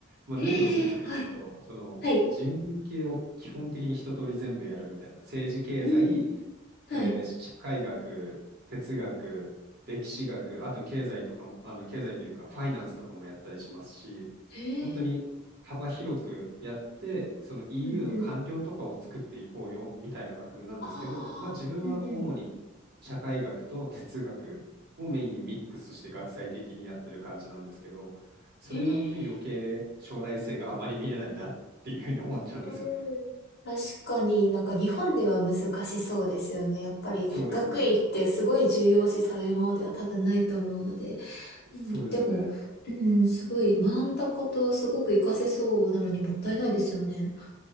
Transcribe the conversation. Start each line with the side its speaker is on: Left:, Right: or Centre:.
Right: まあ、
Left: ええ、
Right: 何をするかというと、
Left: はい。
Right: その人文系を基本的に一通り全部やるみたいな、
Left: はい。
Right: 政治経済、
Left: うん。はい。
Right: えー社会学、哲学、歴史学、あと経済とかも、あの経済というかファイナンスとかもやったりしますし、
Left: ええ、
Right: 本当に幅広くやって、その EU
Left: うんうん。
Right: の官僚とかを作っていこうよみたいな学部なんですけど、
Left: ああ、
Right: まあ、自分は主に社会学と哲学をメインにミックスして学際的にやってる感じなんですけど、
Left: うんうん。
Right: それなので余計将来性があまり見えないなっていうふうに思っちゃうんですよね。
Left: ええ、うん。確かになんか日本では難しそうですよね。やっぱり学位ってすごい重要視されるものでは多分ないと思うので。
Right: そうですね。
Left: うん、
Right: そうですね。
Left: でも、うん、すごい、学んだこと、すごく活かせそうなのにもったいないですよね。